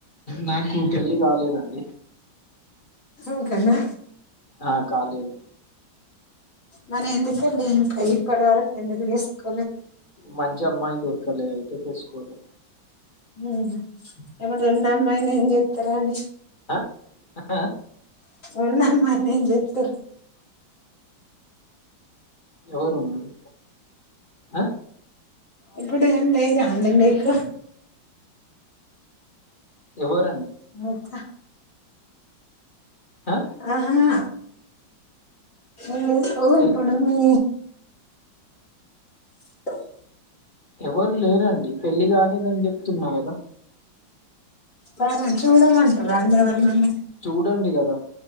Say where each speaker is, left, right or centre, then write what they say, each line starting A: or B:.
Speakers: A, on the left; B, on the left.
A: నాకు పెళ్ళి కాలేదండి
B: ఇంకానా
A: ఆ కాలేదు
B: మరెందుకండి ఇంక ఇప్పడ్ వరకు ఎందుకు చేస్కొ
A: మంచి అమ్మాయి దొర్కలె అయితే చేస్కోలె
B: ఉమ్ ఎవ <unintelligible> ఉన్న అమ్మాయిని ఏం చేత్తరండి
A: అ ఆ
B: ఉన్న అమ్మాయిని ఏం చెత్తరు
A: ఎవరున్నరు అ
B: ఇప్పుడు ఏం లేరా అండి మీకు
A: ఎవర్
B: ముత్త
A: ఆ?
B: ఆహా ఎలేస్కో
A: ఎల్-
B: ఇప్పుడు మీ <inaudible>
A: ఎవరు లేరండి పెళ్లి కాలేదని చెప్తున్న గద
B: మరే చూడమంటరా అండి ఎవరినన్న
A: చూడండి గద